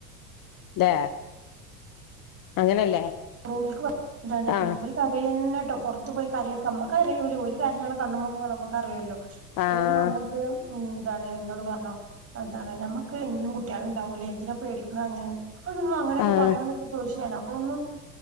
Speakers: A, on the left; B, on the right.
A: ല്ലേ അങ്ങനല്ലേ?
B: റൂമിൽക്ക് വ എന്താണ്
A: ആഹ്
B: മ്മൂപര്ക്കരയന്നെട്ടോ പൊറത്തു പോയി കാരയോക്കെ നമ്മക്കറിയൂല ഓല് കര്ഞ്ഞാളെ കണ്ണും മോഗൊക മ്മക്കറിയുല്ലോ
A: ആഹ്
B: പിന്നെ വന്ന്ട്ട്. ഉം താണ് എന്നോട് പറഞ്ഞു അതാണ് ഞമ്മക്ക് ഇന്യും കുട്ട്യാള് ണ്ടാവൂലേ എന്തിനാ പേടിക്ക്ണ് അങ്ങനെ. അന്താനിങ്ങളങ്ങാനക്കെ
A: ആഹ്
B: പറേണ്ന്നൊക്കെ ചോയ്ച്ച് ഞാന് അപ്പോന്നും.